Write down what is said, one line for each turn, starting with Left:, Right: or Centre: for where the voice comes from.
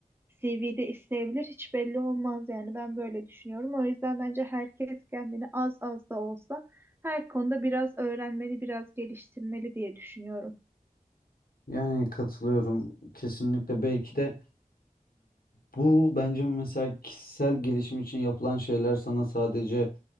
Right: CV'de isteyebilir. Hiç belli olmaz yani ben böyle düşünüyorum. O yüzden bence herkes kendini az az da olsa her konuda biraz öğrenmeli, biraz geliştirmeli diye düşünüyorum.
Left: Yani katılıyorum kesinlikle. Belki de bu bence mesela kişisel gelişim için yapılan şeyler sana sadece